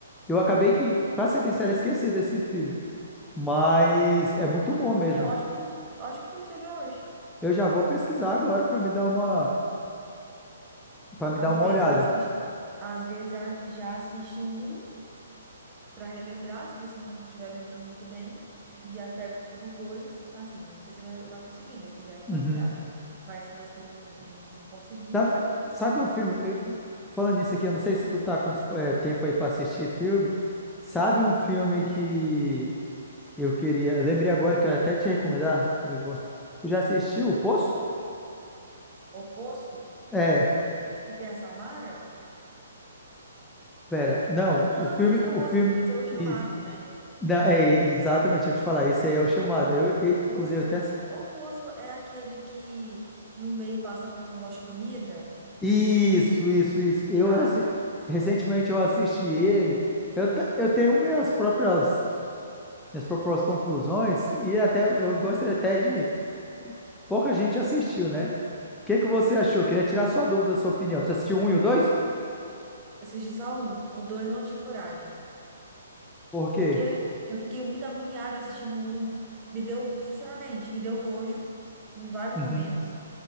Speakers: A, in the centre; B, on the right (about 25°).
A: Eu acabei que, pra ser bem sério, esqueci desse filme. Mas é muito bom mesmo.
B: Ai, ótimo, filme- ótimo filme você vê hoje.
A: Eu já vou pesquisar agora pra me dar uma, para me
B: Às
A: dar uma
B: vezes
A: olhada.
B: já assisto, às vezes a- já assisto um para relembrar, se você não estiver lembrando muito bem, e já pego o dois, assim, não sei se vai, vai conseguir, né? Porque já é de
A: Uhum.
B: madrugada. Mas se você não, não, não conseguir,
A: Sabe,
B: pega outro
A: sabe um
B: dia.
A: filme? eu- falando nisso aqui, eu não sei se tu tá com dispo- eh, tempo aí pra assistir filme. Sabe
B: Ah,
A: um filme que eu queria. Lembrei agora que eu ia até te recomendar. que Eu gosto. Tu já assistiu O Poço?
B: O Poço,
A: É,
B: que tem a Samara?
A: pera. Não,
B: Ah, não,
A: o filme.
B: esse é
A: O
B: outro,
A: filme.
B: esse é o chamado,
A: Isso.
B: né?
A: Não, é, exatamente, deixa eu te falar. Esse aí é o chamado.
B: O
A: Eu, eu, inclusive,
B: Poço.
A: eu até. assi-
B: O Poço é aquele que no meio passa um negócio de comida?
A: Isso, isso, isso. Eu
B: Já.
A: assi- recentemente eu assisti ele. Eu, te- eu tenho minhas próprias, minhas próprias conclusões, e até eu
B: Ah.
A: gostaria até de pouca gente assistiu, né? O que que você
B: Ah.
A: achou? Queria tirar sua dúvida, sua opinião. Você assistiu um e o dois?
B: Assisti só um. O dois eu não tive coragem.
A: Por quê?
B: Porque eu fiquei muito agoniada assistindo o um. Me deu, sinceramente, me deu nojo em vários
A: Uhum,
B: momentos.